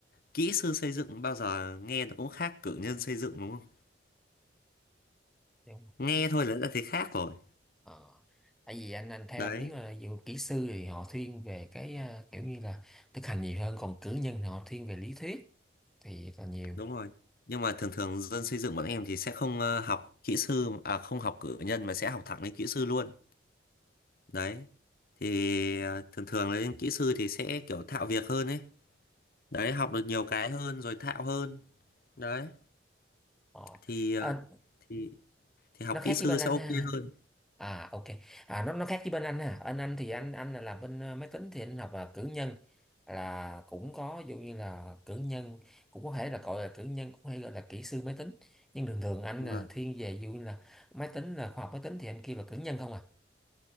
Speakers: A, on the left; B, in the centre.
A: kỹ sư xây dựng bao giờ nghe nó cũng khác cử nhân xây dựng đúng không
B: Đúng rồi.
A: nghe thôi là đã thấy khác rồi
B: Ờ. Tại vì anh anh theo
A: đấy
B: anh biết là dù kỹ sư thì họ thiên về cái à, kiểu như là thực hành nhiều hơn còn cử nhân thì họ thiên về lý thuyết thì là nhiều
A: đúng rồi nhưng mà thường thường dân xây dựng bọn em thì sẽ không ờ, học kỹ sư à không học cử nhân mà sẽ học thẳng lên kỹ sư luôn đấy thì ờ, thường thường lên kỹ sư thì sẽ kiểu thạo việc hơn ấy đấy học được nhiều cái hơn rồi thạo hơn đấy
B: Ờ.
A: thì ờ,
B: À,
A: thì thì học
B: nó khác
A: kỹ sư
B: với bên
A: sẽ
B: anh
A: ok
B: ha.
A: hơn
B: À ok. À nó nó khác với bên anh ha. Anh anh thì anh anh là làm bên ờ, máy tính thì anh học là cử nhân là cũng có ví dụ như là cử nhân cũng có thể là gọi là cử nhân cũng hay gọi là kỹ sư máy tính. Nhưng thường thường anh
A: vâng
B: là thiên về ví dụ như là máy tính là khoa học máy tính thì anh kia là cử nhân không à.